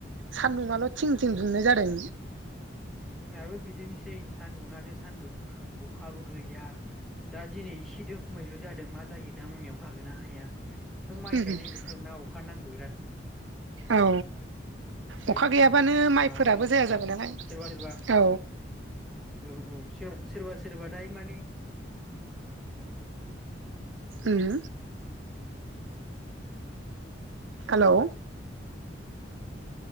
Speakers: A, on the right; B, in the centre.
A: सान्दुङाल' थिं थिं दुंनाय जादों।
B: जोंनाबो बिदिनोसै सान्दुंआनो सान्दुं। अखाबो गैया दा। दा दिनै इसे दोमैलु जादों मा जायो दा मोनायाव अखा हागोना हाया। माइ
A: ओमफ्राय
B: गायनाय बोथोर ना अखा नांगौ बिराद।
A: औ।
B: दोद
A: अखा गैयाबानो माइफोराबो
B: मानो
A: जाया
B: नांगौ
A: जाबाय नालाय
B: सोरबा सोरबा
A: औ
B: औ औ सोरबा सोरबा दाय माने।
A: ओम हेलौ